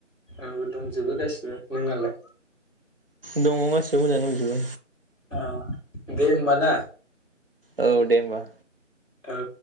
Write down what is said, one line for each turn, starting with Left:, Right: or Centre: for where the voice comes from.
Left: आंबो दंजोबो गाससिबो नोंनालाय
Right: दङ गासिबो मोजाङै दंजोबो
Left: आं दे होमब ना।
Right: औ दे होमबा
Left: औ।